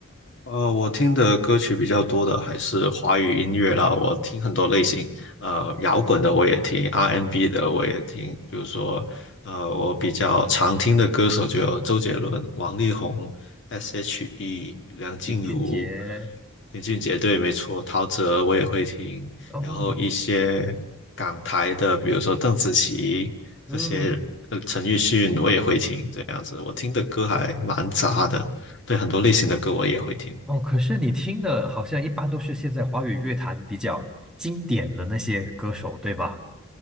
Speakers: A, on the left; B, in the centre.
A: 呃，我听的歌曲比较多的还是华语音乐啦，我听很多类型，呃，摇滚的我也听，R&B n 的我也听，比如说，呃，我比较常听的歌手就有周杰伦、王力宏、S.H.E、梁静茹、
B: 林俊杰。
A: 林俊杰，对，没错，陶喆我也会听，
B: 哦，
A: 然后一些港台的，比如说邓紫棋这些，
B: 嗯，
A: 呃，陈奕迅我也会听，这样子，我听的歌还蛮杂的，对，很多类型的歌我也会听。
B: 哦，可是你听的好像一般都是现在华语乐坛比较经典的那些歌手，对吧？